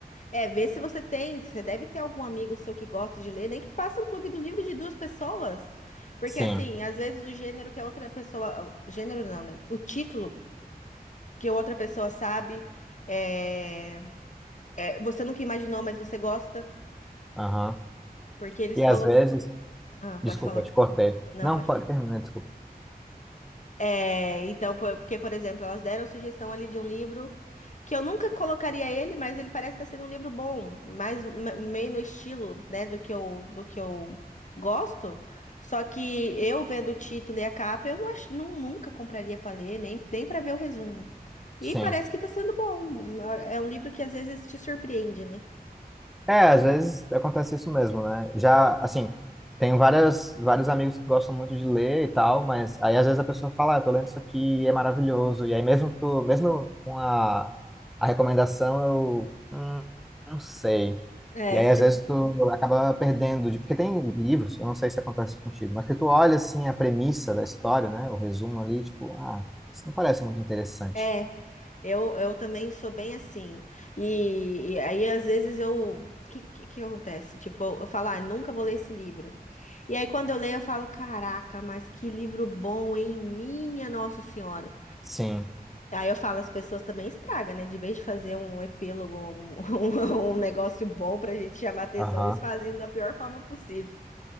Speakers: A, on the left (about 50°); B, in the centre.
A: É, vê se você tem, você deve ter algum amigo seu que gosta de ler, nem que faça um clube do livro de duas pessoas. Porque
B: sim.
A: assim, às vezes o gênero que a outra pessoa, o gênero não, né? O título que a outra pessoa sabe, é, é, você nunca imaginou, mas você gosta,
B: Aham.
A: porque eles
B: E às
A: colocam.
B: vezes.
A: Ah, pode
B: Desculpa,
A: falar.
B: te cortei.
A: Não,
B: Não,
A: pode
B: pode terminar, desculpa.
A: É, então, por- porque, por exemplo, elas deram sugestão ali de um livro que eu nunca colocaria ele, mas ele parece estar sendo um livro bom, mais me- meio no estilo, né, do que eu, do que eu gosto. Só que eu vendo o título e a capa, eu não, ach- não- nunca compraria para ler, nem, nem para ver o resumo.
B: Sim.
A: E parece que está sendo bom. É um livro que às vezes te surpreende, né?
B: É, às vezes acontece isso mesmo, né? Já, assim, tenho várias, vários amigos que gostam muito de ler e tal, mas aí às vezes a pessoa fala, ah, eu tô lendo isso aqui e é maravilhoso. E aí mesmo tu, mesmo com a, a recomendação, eu hum, não sei.
A: É,
B: E aí às vezes tu acaba perdendo de, porque tem livros, eu não sei se acontece contigo, mas que tu olha assim a premissa da história, né? O resumo ali, tipo, ah, isso não parece muito interessante.
A: É, eu, eu também sou bem assim. E, e aí, às vezes, eu. O que, que, que acontece? Tipo, eu, eu falo, ah, nunca vou ler esse livro. E aí, quando eu leio, eu falo, caraca, mas que livro bom, hein? Minha Nossa Senhora.
B: Sim.
A: Aí eu falo, as pessoas também estragam, né? De vez de fazer um epílogo, um, <laughs> um, um negócio bom pra gente chamar atenção,
B: Aham.
A: eles fazem da pior forma possível.